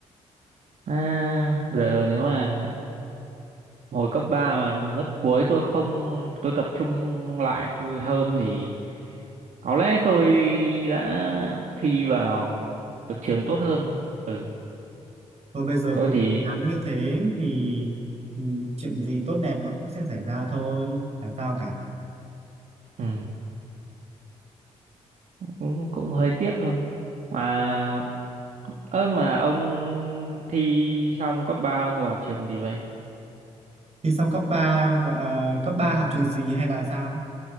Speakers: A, on the right; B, on the right.
A: à, giờ nếu mà hồi cấp 3 mà lớp cuối tôi không tôi tập trung lại tôi hơn thì có lẽ tôi đã thi vào được trường tốt hơn ừ
B: Rồi bây giờ
A: tôi
B: cứ
A: thì
B: cố gắng như thế thì ừ, chuyện gì tốt đẹp nó cũng sẽ xảy ra thôi, chả sao cả.
A: ừ, cũng, cũng hơi tiếc thôi mà ơ mà ông thi xong cấp 3 ông vào trường gì vậy
B: Thi xong cấp 3 à, cấp 3 học trường gì hay là sao?